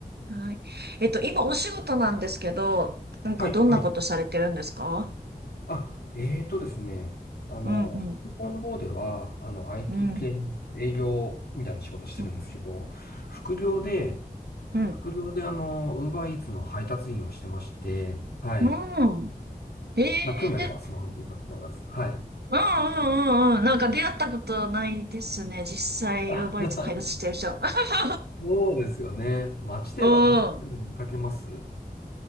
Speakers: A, on the right; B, on the left.
A: はい。えっと、今お仕事なんですけど、なんかどんなことされてるんですか
B: はい、はい。あ、えーとですね、あの、
A: うんうん。
B: 北欧の方では、あの、IT
A: うん。
B: 系の営業みたいな仕事してるんですけど、
A: うん。
B: 副業で、
A: うん。
B: 副業であの、ウーバーイーツの配達員をしてまして、はい。
A: うん。ええー。
B: まあ、興味あれば、その話させてもらいます。はい。
A: うんうんうんうん。なんか出会ったことないですね。実際、
B: <laughs>
A: ウーバーイーツ配達してる人。<laughs>
B: そうですよね。街では、
A: うん。
B: 街で見かけます